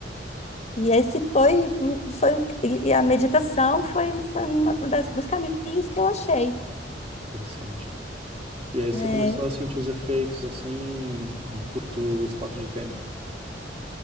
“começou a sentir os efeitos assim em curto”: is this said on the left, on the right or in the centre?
Right